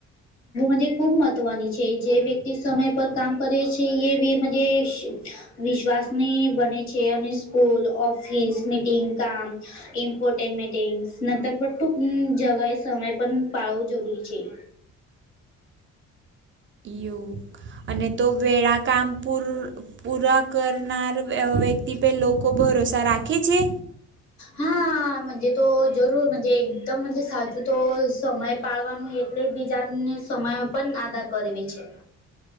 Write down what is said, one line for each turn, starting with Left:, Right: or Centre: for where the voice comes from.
Left: મજે ખુબ મહત્વની છે જે વ્યક્તિ સમય પર કામ કરે, છે એ બી મજે, વિશ્વાસની બને છે, અને સ્કૂલ, ઓફિસ, મીટિંગ, કામ, ઈનપોર્ટેન મીટીંગસ નંતર બ ટુંક જગએ સમય પણ પાળું, જરૂરી છે.
Right: યું અને તો વેળા કામપુર પૂરા કરનાર વ અ વ્યક્તિ પે લોકો ભરોસા રાખે છે?
Left: હા, મંજે તો જરૂર મંજે તમ મંજે સાચું તો સમય પાળવાનું એટલે બીજાને સમયો પણ આધાર કરવે છે.